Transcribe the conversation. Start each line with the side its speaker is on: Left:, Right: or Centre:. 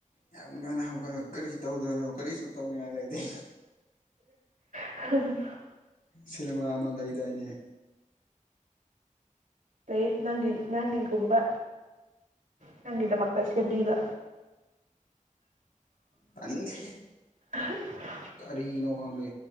Left: ꯌꯥꯝ ꯉꯟꯅ ꯍꯧꯒꯠꯂ ꯀꯔꯤ ꯇꯧꯗꯣꯏꯅꯣ ꯀꯔꯤꯁꯨ ꯇꯧꯅꯤꯡꯉꯥꯏ ꯂꯩꯇꯦ꯫
Right: <unintelligible>
Left: ꯁꯤꯅꯦꯃꯥ ꯑꯃ ꯂꯩꯗꯥꯏꯅꯦ꯫
Right: ꯂꯩ ꯅꯪꯒꯤ ꯅꯪꯒꯤꯒꯨꯝꯕ ꯅꯪꯒꯤꯗꯃꯛꯇ ꯁꯦꯝꯕꯤꯕ꯫
Left: ꯇꯥꯅꯤꯡꯗꯦꯍꯦ꯫
Right: <unintelligible>
Left: ꯀꯔꯤꯅꯣ ꯈꯪꯗꯦ꯫